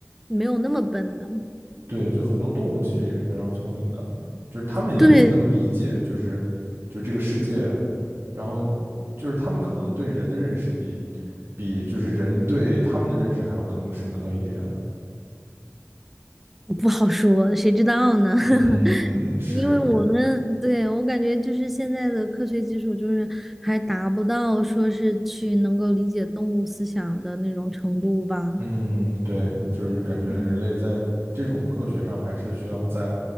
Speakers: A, in the centre; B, on the right.
A: 没有那么笨的，
B: 对，就很多动物其实也是非常聪明的，就是它们也是能理解，
A: 对，
B: 就是就是这个世界，然后就是它们可能对人的认识比比就是人对它们的认识还要更深刻一点。
A: <laughs> 不好说，谁知道呢？<laughs>
B: 嗯，是，
A: 因为我们对我感觉就是现在的科学技术，就是还达不到说是去能够理解动物思想的那种程度吧。
B: 嗯，对，就是感觉人类在这种科学上还是需要再
A: 嗯，